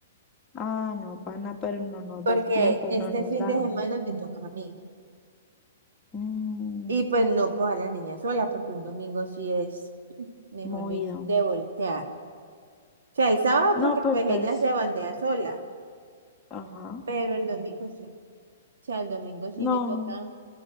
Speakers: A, on the left; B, on the right.
A: Ah, no, pana, pero no nos
B: Porque
A: da el tiempo, no
B: este
A: nos
B: fin
A: da.
B: de semana me toca a mí.
A: Mm,
B: Y pues no puedo dejar a la niña sola, porque un domingo sí es, mejor
A: movido.
B: dicho, de voltear. O sea, el sábado
A: No,
B: porque
A: pues
B: pues
A: entonces,
B: ella se bandea sola,
A: ajá.
B: pero el domingo sí. O sea, el domingo sí
A: No.
B: me toca